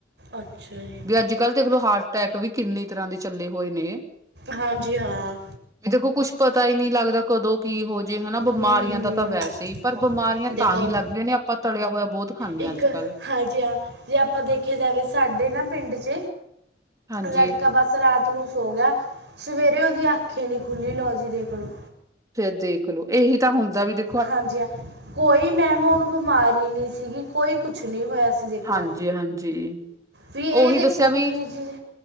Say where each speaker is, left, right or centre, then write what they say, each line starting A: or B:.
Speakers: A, on the right; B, on the right.
A: ਅੱਛਾ ਜੀ।
B: ਵੀ ਅੱਜ ਕੱਲ੍ਹ ਦੇਖਲੋ ਹਾਰਟ-ਅਟੈਕ ਵੀ ਕਿੰਨੀ ਤਰ੍ਹਾਂ ਦੇ ਚੱਲੇ ਹੋਏ ਨੇ।
A: ਹਾਂਜੀ ਹਾਂ।
B: ਵੀ ਦੇਖੋ ਕੁੱਛ ਪਤਾ ਹੀ ਨਹੀਂ ਲੱਗਦਾ। ਕਦੋਂ ਕੀ ਹੋ ਜੇ ਹਨਾ ਬਿਮਾਰੀਆਂ
A: ਹੂੰ ਹੂੰ
B: ਦਾ ਤਾਂ ਵੈਸੇ ਹੀ ਪਰ ਬਿਮਾਰੀਆਂ
A: ਦੇਖੋ
B: ਤਾਂ ਹੀ ਲੱਗਦੀਆਂ ਨੇ ਆਪਾਂ ਤਲਿਆ ਹੋਇਆ ਬਹੁਤ ਖਾਂਦੇ
A: ਇੱਕ
B: ਆ ਅੱਜ ਕੱਲ੍ਹ।
A: ਹਾਂਜੀ ਹਾ। ‌ ਜੇ ਆਪਾਂ ਦੇਖਿਆ ਜਾਵੇ ਸਾਡੇ ਨਾ ਪਿੰਡ'ਚ
B: ਹਾਂਜੀ
A: ਲੜਕਾ ਬਸ ਰਾਤ ਨੂੰ ਸੋ ਗਿਆ ਸਵੇਰੇ ਉਹਦੀ ਅੱਖੀ ਈ ਨਹੀਂ ਖੁੱਲ੍ਹੀ‌‌। ਲਓ ਜੀ ਦੇਖ ਲਓ।
B: ਫੇਰ ਦੇਖਲੋ, ਇਹੀ ਤਾਂ ਹੁੰਦਾ ਵੀ ਦੇ
A: ਹਾਂਜੀ ਹਾ। ਕੋਈ ਮੈਮ ਉਹਨੂੰ ਬਿਮਾਰੀ ਨਹੀਂ ਸੀਗੀ, ਕੋਈ ਕੁਛ ਨਹੀਂ ਹੋਇਆ ਸੀ। ਦੇਖੋ
B: ਹਾਂਜੀ- ਹਾਂਜੀ।
A: ਵੀ ਇਹ
B: ਉਹੀ
A: ਦੇਖੋ
B: ਦੱਸਿਆ ਵੀ
A: ਕਿ ਜੀ